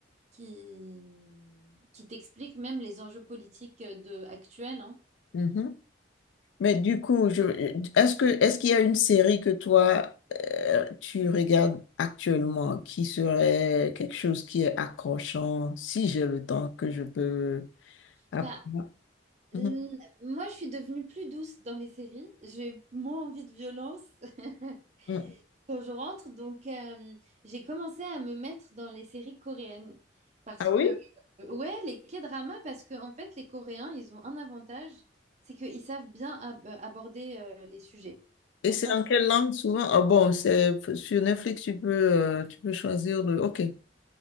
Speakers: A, on the right; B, on the left.
A: qui qui t'explique même les enjeux politiques euh, de actuels, hein.
B: Mhm. Mais du coup, je, est-ce que, est-ce qu'il y a une série que toi, euh, tu regardes actuellement qui serait quelque chose qui est accrochant, si j'ai le temps que je peux apprendre?
A: Bah,
B: Mhm.
A: L- Moi, je suis devenue plus douce dans les séries. J'ai moins envie de violence <laughs>
B: Mm.
A: quand je rentre. Donc, euh, j'ai commencé à me mettre dans les séries coréennes. Parce
B: Ah
A: que,
B: oui?
A: euh, ouais, les K-dramas, parce que, en fait, les Coréens, ils ont un avantage, c'est qu'ils savent bien ab- aborder euh, les sujets.
B: Et
A: Certains,
B: c'est en quelle langue souvent? Ah bon, c'est sur Netflix, tu peux, euh, tu peux choisir le... OK.